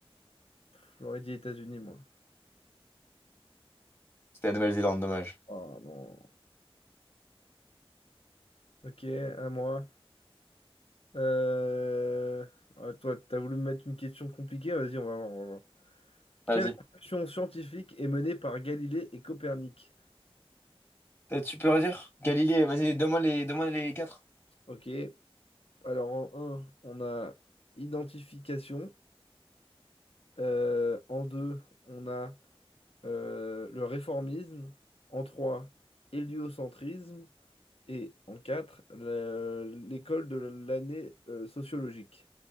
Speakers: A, on the left; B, on the left.
A: Pff, J'aurais dit États-Unis, moi.
B: C'était la Nouvelle-Zélande, dommage.
A: Oh non. Ok, à moi. Euh... ouais, toi, t'as voulu me mettre une question compliquée? Vas-y, on va voir, on va voir.
B: Vas-y.
A: Quelle révolution scientifique est menée par Galilée et Copernic?
B: Euh, Tu peux redire? Galilée, vas-y, donne-moi les, donne-moi les quatre.
A: Ok, alors en un, on a identification. Euh, en 2, on a euh, le réformisme. En 3, héliocentrisme. Et en 4, l'école de l'année euh, sociologique.